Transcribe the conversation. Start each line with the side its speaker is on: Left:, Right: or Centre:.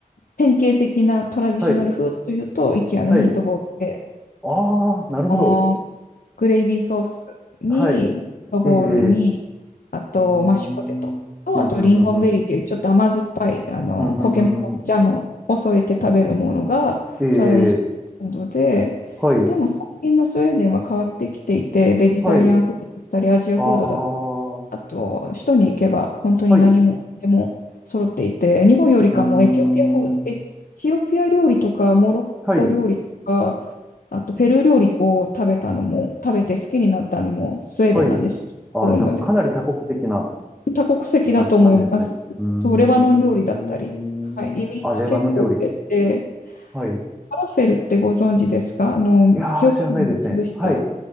Left: 典型的なトラディショナルフードというと、
Centre: はい。
Left: イケアのミートボールで、
Centre: はい。ああ、なるほど。
Left: あのグレイビーソースに、
Centre: はい。
Left: ドボールに、
Centre: ええ。う
Left: あと、
Centre: ーん。
Left: マッシュポテトと、
Centre: うん、うん、
Left: あと、リンゴンベリーっていう、
Centre: うん、うん。
Left: ちょっと甘酸っぱい、あの、
Centre: うん、うん、
Left: 苔のジャムを添えて食べるものがトラディショナルフードで、
Centre: うん、うんうんええ。はい。
Left: でも最近のスウェーデンは変わってきていて、ベジタリアンフードだったり、
Centre: はい。
Left: アジアフードだったりあと、
Centre: ああ。は
Left: 首都に行けば本当に何もでも揃っていて、
Centre: い。う
Left: 日本よりかもエチオピア風、
Centre: ーん。
Left: エチオピア料理とかモロッコ料理とか、
Centre: はい。
Left: あとペルー料理を食べたのも、食べて好きになったのもスウェーデンなんですよ、
Centre: はい。
Left: ストックホルムで。
Centre: ああ、じゃあもうかなり多国籍な。
Left: 多国籍だと思います。
Centre: 形なんですね。うーん。
Left: そう、レバノン料理だったり、はい、移民が結構増えて、
Centre: あ、レバノン料理。
Left: フ
Centre: はい。い
Left: ァラフェルってご存知ですかあの、
Centre: やー、
Left: ひよこ豆を潰した、
Centre: 知らないですね。はい。